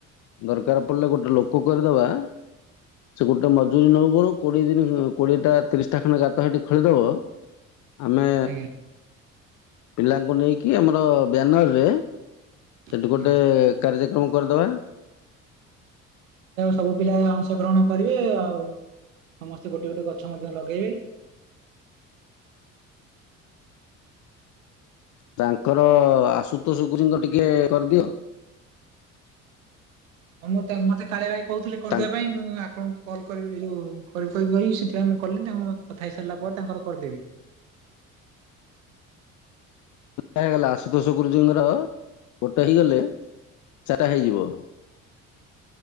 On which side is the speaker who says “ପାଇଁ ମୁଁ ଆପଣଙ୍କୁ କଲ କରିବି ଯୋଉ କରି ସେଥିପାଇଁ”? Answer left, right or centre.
Right